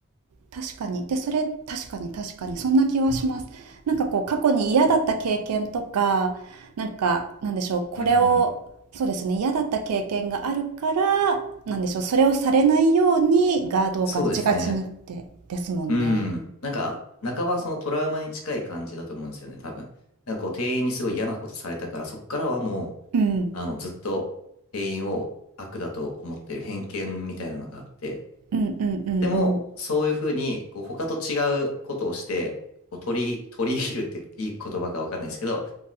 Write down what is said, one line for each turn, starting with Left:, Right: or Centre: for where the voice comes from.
Right: 確かに。で、それ、確かに確かに。そんな気はします。なんかこう、過去に嫌だった経験とか、なんか、なんでしょう、これを、
Left: うん。
Right: そうですね、嫌だった経験があるから、なんでしょう、それをされないようにガードをガッチガチにって、
Left: そうですね。
Right: ですもんね。
Left: うん。なんか、半ばそのトラウマに近い感じだと思うんですよね、多分。なんかこう、店員にすごい嫌なことされたから、そっからはもう、
Right: うん。
Left: あの、ずっと店員を悪だと思ってる偏見みたいなのがあって、
Right: うんうんうんうん。
Left: でも、そういうふうに、こう、他と違うことをして、こう取り、取り入るっていい言葉かわかんないですけど、